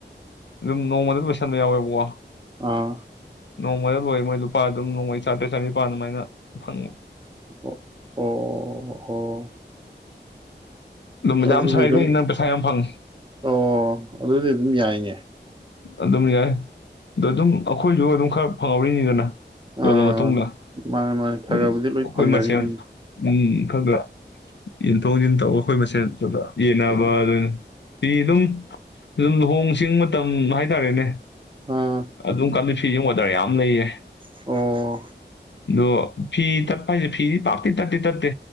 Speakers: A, on the left; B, on the right.
A: ꯑꯗꯨꯝ ꯅꯣꯡꯃꯗ ꯂꯣꯏꯁꯟꯕ ꯌꯥꯎꯋꯦꯕꯀꯣ
B: ꯑꯥ
A: ꯅꯣꯡꯃꯗ ꯂꯣꯏꯔꯦ ꯃꯣꯏ ꯂꯨꯄꯥ ꯑꯗꯨꯝ ꯅꯣꯡꯃꯩ ꯆꯥꯇ꯭ꯔꯦꯠ ꯆꯥꯅꯤꯄꯥꯟ ꯑꯗꯨꯃꯥꯏꯅ ꯐꯪꯏ
B: ꯑꯣ ꯑꯣ ꯑꯣ
A: ꯑꯗꯨꯝ ꯌꯥꯝ
B: ꯑꯗꯨꯗꯤ
A: ꯁꯥꯏꯈꯩ
B: ꯑꯗꯨꯝ
A: ꯅꯪ ꯄꯩꯁꯥ ꯌꯥꯝ ꯐꯪꯉꯤ
B: ꯑꯣ ꯑꯗꯨꯗꯤ ꯑꯗꯨꯝ ꯌꯥꯏꯅꯦ
A: ꯑꯗꯨꯝ ꯌꯥꯏ ꯑꯗ ꯗꯨꯝ ꯑꯩꯈꯣꯏꯖꯨ ꯑꯗꯨꯝ ꯈꯔ ꯐꯪꯍꯧꯔꯤꯅꯤꯗꯅ
B: ꯑꯥ
A: ꯌꯣꯜꯂ ꯃꯇꯨꯡꯗ
B: ꯃꯥꯅꯦ ꯃꯥꯅꯦ ꯈꯔ
A: ꯑꯗꯨꯝ
B: ꯈꯔꯕꯨꯗꯤ ꯂꯣꯏ
A: ꯑꯩꯈꯣꯏ
B: ꯐꯪꯅꯔꯤꯅꯤ
A: ꯃꯁꯦꯟ ꯎ ꯈꯪꯒ ꯌꯦꯟꯊꯣꯛ ꯌꯦꯟꯁꯤꯟ ꯇꯧꯔꯒ ꯑꯩꯈꯣꯏ ꯃꯁꯦꯟ ꯈꯒ ꯌꯦꯟꯅꯕꯥꯗꯨꯅꯤ
B: ꯑꯣ
A: ꯐꯤ ꯗꯨꯝ ꯑꯗꯨꯝ ꯂꯨꯍꯣꯡ ꯆꯤꯡꯃꯠ ꯇꯝ ꯍꯥꯏꯇꯥꯔꯦꯅꯦ
B: ꯑꯥ
A: ꯑꯗꯨꯝ ꯀꯥꯟ ꯐꯤꯖ ꯑꯣꯗꯔ ꯌꯥꯝ ꯂꯩꯌꯦ
B: ꯑꯣ
A: ꯑꯗꯣ ꯐꯤ ꯇꯠꯄ ꯍꯥꯏꯖꯦ ꯐꯤꯗꯤ ꯄꯥꯛꯇꯤ ꯇꯠꯇꯤ ꯇꯠꯇꯦ